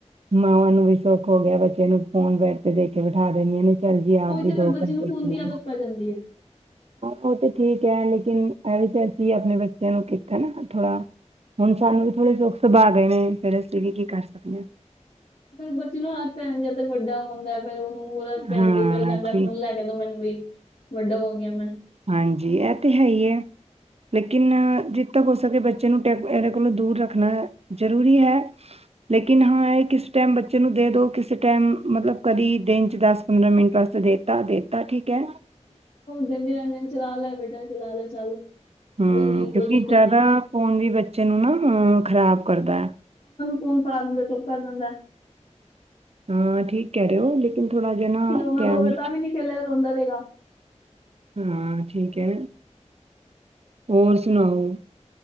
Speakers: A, on the right (about 55°); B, on the left (about 60°).
A: ਮਾਵਾਂ ਨੂੰ ਵੀ ਸੁੱਖ ਹੋ ਗਿਆ ਬੱਚੇ ਨੂੰ ਫੋਨ ਬੈ ਦੇ ਕੇ ਬਠਾ ਦੇਿੰਦੀੀਆਂ ਨੇ ਚੱਲ ਜ
B: ਉਹੀ
A: ਆਪ
B: ਤੇ
A: ਵੀ ਦੋ
B: ਫਿਰ ਬੱਚੇ
A: ਘੰਟੇ
B: ਨੂੰ ਫੋਨ ਦੀ
A: ਹਾਂ
B: ਆਦਤ ਪੈ ਜਾਂਦੀ ਹੈ
A: ਉਹ ਤਾਂ ਠੀਕ ਹੈ ਲੇਕਿਨ ਇਹ ਵੀ ਅਸੀਂ ਆਪਣੇ ਬੱਚਿਆਂ ਨੂੰ ਕਿਥ ਨਾ ਥੋੜਾ ਹੁਣ ਸਾਨੂੰ ਥੋੜੇ ਸੁ ਸੁਭਾਅ ਗਏ ਨੇ ਫਿਰ ਅਸੀਂ ਵੀ ਕੀ ਕਰ ਸਕਦੇ ਹਾਂ
B: ਫਿਰ ਬੱਚੀ ਨੂੰ ਆ ਪ ਤ ਵੱਡਾ ਹੁੰਦਾ ਫਿਰ ਉਹਨੂੰਤ ਪੈਂਦੀ
A: ਹਾਂ।
B: ਫਿਰਰ ਕਹਿੰਦਾ
A: ਹਾਂ ਠੀਕ
B: ਫੋਨ ਲੈ ਕੇ ਦੋ ਮੈਨੂੰ ਵੀ ਵੱਡਾ ਹੋ ਗਿਆ ਮੈਂ
A: ਹਾਂਜੀ ਇਹ ਤੇ ਹੈ ਹੀ ਹੈ ਲੇਕਿਨ ਜਿੱ ਤੱਕ ਹੋ ਸਕੇ ਬੱਚੇ ਨੂੰ ਟੈ ਇਹਦੇ ਕੋਲੋਂ ਦੂਰ ਰੱਖਣਾ ਜ਼ਰੂਰੀ ਹੈ ਲੇਕਿਨ ਹਾਂ ਇਹ ਕਿਸ ਟਾਈਮ ਬੱਚੇ ਨੂੰ ਦੇ ਦਿਉ ਕਿਸ ਟਾਈਮ ਮਤਲਬ ਕਦੀ ਦਿਨ 'ਚ ਦਸ ਪੰਦਰਾਂ ਮਿੰਟ ਵਾਸਤੇ ਦੇ ਤਾ ਦੇਤਾ ਠੀਕ ਹੈ
B: ਗੰ ਰਗ ਚ ਲਾਲ ਹੈ ਬੇਟਾ ਚਲਾ ਲੇ ਚੱਲ,
A: ਹੂੰ,
B: ਕੋਈ ਨੀ
A: ਕਿਉਂਕਿ
B: ਕੋਈ ਦਿੱਕਤ
A: ਜ਼ਿਆਦਾ
B: ਨੀ ਹੈ
A: ਫੋਨ ਵੀ ਬੱਚੇ ਨੂੰ ਨਾ ਅ ਖ਼ਰਾਬ ਕਰਦਾ ਹੈ।
B: ਸਕੂਨ ਪਲਾ ਦਿੰਦਾ ਚੁੱਪ ਕਰ ਦਿੰਦਾ।
A: ਹਾਂ ਠੀਕ ਕਹਿ ਰਹੇ ਹੋ, ਥੋੜਾ ਜਿਹਾ ਨਾ
B: ਖਿਲੋਣਾ
A: ਟੈਮ
B: ਦੋਗੇ ਤਾਂ ਵੀ ਨੀ ਖੇਲੇਗਾ ਰੋਂਦਾ ਰਹੇਗਾ
A: ਹਾਂ, ਠੀਕ ਹੈ ਹੋਰ ਸੁਣਾਓ।